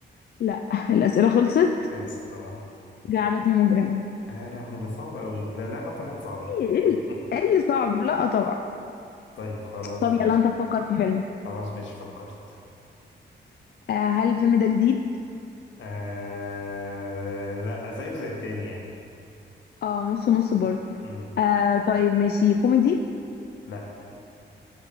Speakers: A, on the left; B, on the left.
A: لا الاسئله خلصت
B: خلصت اه
A: جعلتني مجرمه
B: آه، يا لهوي ده صعب أوي لا اللعبة طلعت صعبة
A: ايه إيه
B: <laughs>
A: ال- إيه اللي صعب لا طبعا
B: طيب خلاص
A: طب
B: ماشي
A: يلا انت فكر في فيلم
B: خلاص ماشي فكرت
A: آه هل الفيلم ده جديد
B: آه... لا زيه زي التاني يعني
A: اه نص نص برضه
B: مم.
A: آه طيب ماشي كوميدي
B: لا